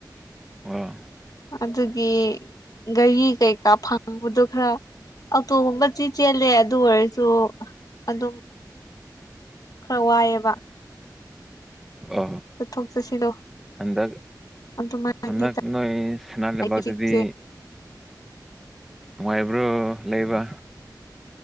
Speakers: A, in the centre; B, on the left.
A: ꯑ
B: ꯑꯗꯨꯒꯤ ꯒꯥꯔꯤ ꯀꯩꯀꯥ ꯐꯪꯕꯗꯨ ꯈꯔ ꯑꯇꯣꯒꯨꯝꯕ ꯆ ꯆꯦꯜꯂꯦ ꯑꯗꯨ ꯑꯣꯏꯔꯁꯨ ꯑꯗꯨꯝ ꯈꯔ ꯋꯥꯏꯑꯦꯕ
A: ꯑ
B: ꯆꯠꯊꯣꯛ ꯆꯠꯁꯤꯗꯣ
A: ꯑꯦꯗ
B: ꯑꯗꯨꯃꯥꯏꯅꯗꯤ
A: ꯑ ꯑꯛ ꯅꯣꯏ ꯁꯅꯥꯥꯟ ꯂꯕꯗꯗꯤ
B: ꯆꯤꯛꯁꯦ <unintelligible>
A: ꯅꯨꯡꯉꯥꯏꯕ꯭ꯔꯣ ꯂꯩꯕ